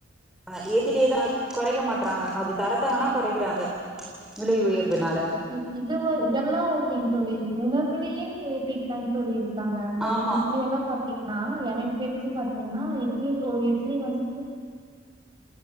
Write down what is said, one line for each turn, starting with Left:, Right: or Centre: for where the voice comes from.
Centre: க ஏத்திட்டேதா கொறைக்க மாட்றாங்க அது தரத்த வேணா கொறைக்கறாங்க விலை உயர்வுனால
Right: இ இதுவ இதெல்லா ஓகேங் தோழி உணவுலியு ஏத்டிட் தாங் தோழி இருக் காங்க அங்க
Centre: ஆமா
Right: இட்லி எல்லா பாத்தீங்கன்னா எனக் தெரிஞ்சு பாத்தீங்கன்னா இட்லி ஓர் இட்லி வந்து